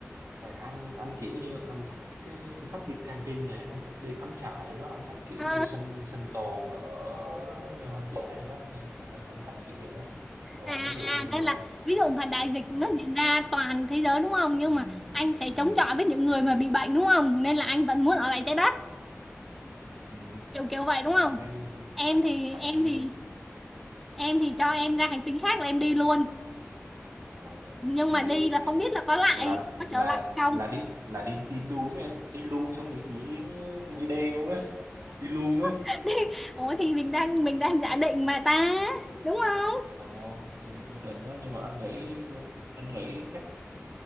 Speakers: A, on the right; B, in the centre.
A: Tại anh anh kiểu như anh thích cái anh thích đi camping này, anh thích đi cắm trại rồi đó, anh thích kiểu
B: à,
A: như sinh sinh tồn ở nơi hoang dã này đó nên anh anh thích kiểu vậy đó. Còn
B: à
A: ví dụ như
B: à nên
A: mà
B: là ví dụ mà đại dịch nó
A: ờ
B: diễn ra toàn thế giới đúng không nhưng
A: ừ
B: mà anh sẽ
A: ừ
B: chống chọi với những người mà bị bệnh đúng không nên là anh vẫn muốn ở lại trái đất
A: ừ
B: kiểu kiểu vậy đúng
A: không
B: không
A: anh thấy
B: em thì
A: anh
B: em
A: thấy
B: thì em thì cho em ra hành tinh khác là em đi luôn
A: ờ em
B: nhưng
A: em
B: mà
A: đi
B: đi là
A: em
B: không biết là có lại
A: là
B: có
A: là
B: trở lại không
A: là đi là đi đi luôn á em, đi luôn theo nghĩa nghĩa nghĩa đen luôn đó, đi luôn đó.
B: <laughs> Ủa thì mình đang mình đang giả định mà ta đúng không
A: Ờ thì là gia đình đó nhưng mà anh nghĩ anh nghĩ chắc